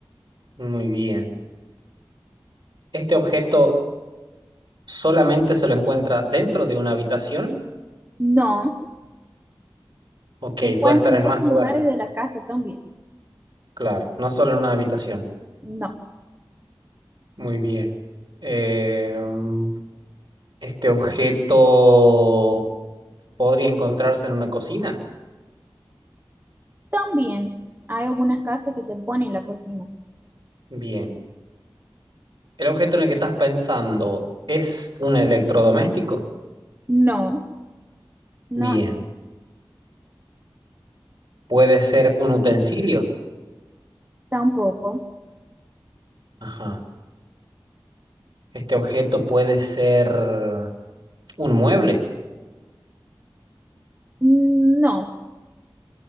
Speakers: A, on the right; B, on the right.
A: Muy bien. ¿Este objeto solamente se lo encuentra dentro de una habitación?
B: no.
A: Ok,
B: Se encuentra
A: puede estar
B: en
A: en
B: otros
A: más lugares.
B: lugares de la casa también.
A: Claro, no solo en una habitación.
B: No.
A: Muy bien. Eh, mm, este objeto podría encontrarse en una cocina.
B: También hay algunas casas que se ponen en la cocina.
A: Bien. El objeto en el que estás pensando es un electrodoméstico.
B: No. No,
A: Bien. Puede ser un utensilio.
B: tampoco.
A: Ajá. Este objeto puede ser un mueble.
B: Mm, No.